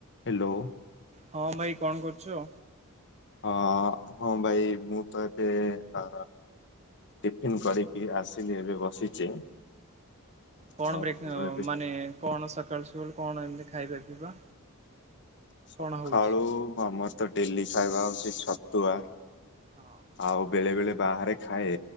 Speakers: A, on the left; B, on the right.
A: Hello.
B: ହଁ ଭାଇ, କଣ କରୁଛ?
A: ହଁ ହଁ ଭାଇ ମୁଁ ତ ଏବେ ଅ ଟିଫିନ୍ କରିକି ଆସିଲି ଏବେ ବସିଛି
B: କଣ
A: ଆଉ
B: ବ୍ରେକ ଅ
A: ଏବେ
B: ମାନେ କଣ ସକାଳୁ ସକାଳୁ କଣ ଏମିତି ଖାଇବା ପିଇବା?
A: ସଖାଳୁ
B: କଣ ହଉଛି?
A: ଆମର ତ ଡେଲି ଖାଇବା ହଉଛି ଛତୁଆ।
B: ହଁ।
A: ଆଉ ବେଳେ ବେଳେ ବାହାରେ ଖାଏ।